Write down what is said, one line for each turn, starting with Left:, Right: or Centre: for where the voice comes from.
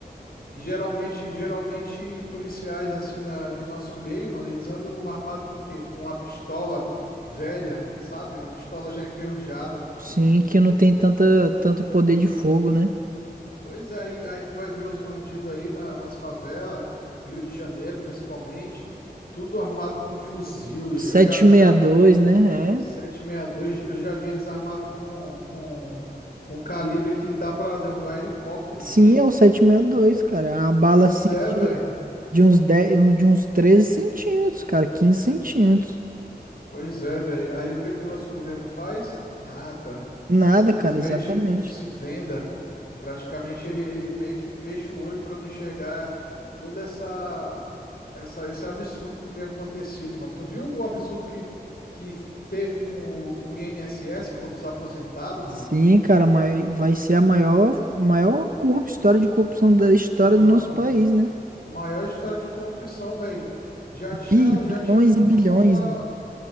Left: Geralmente, geralmente policiais assim na, em nosso meio, mano, eles andam armados com o quê? Com uma pistola velha, sabe? Uma pistola já enferrujada.
Right: Sim, que não tem tanta, tanto poder de fogo, né?
Left: Pois é, aí, aí tu vai ver os bandidos aí na- nas favelas, Rio de Janeiro principalmente, tudo armado com fuzil. Eu
Right: sete
Left: já vi,
Right: sessenta
Left: já vi-
Right: e dois né?
Left: sete
Right: É.
Left: e meia dois eu já vi eles armados com, com, com calibre que dá pra derrubar helicóptero,
Right: Sim,
Left: mano.
Right: é o sete sessenta e dois cara. É uma bala
Left: Pois
Right: assim
Left: é,
Right: de,
Left: velho.
Right: de uns 10 de uns 13 centímetros, cara, 15 centímetros.
Left: Pois é, velho. Aí o que é que o nosso governo faz? Nada.
Right: Nada,
Left: Ele simplesmente
Right: cara, exatamente.
Left: se venda. Praticamente ele, ele meio que fecha o olho para não enxergar toda essa, essa esse absurdo que tem acontecido, mano. Tu viu o absurdo que, que teve com o, o INSS, pô, dos aposentados, mano?
Right: Sim, cara, mas vai ser a maior, maior corrup- história de corrupção da história
Left: Mano.
Right: do nosso país, né?
Left: Maior história de corrupção, velho. Já tinha,
Right: Bi- bilhões
Left: já tinha a corrupção
Right: e bilhões,
Left: da.
Right: mano.